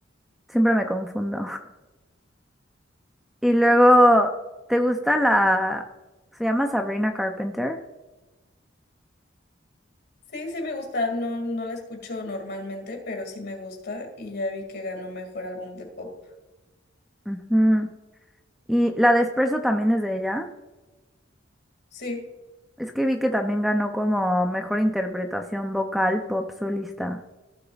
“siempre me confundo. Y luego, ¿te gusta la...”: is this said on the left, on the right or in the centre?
Centre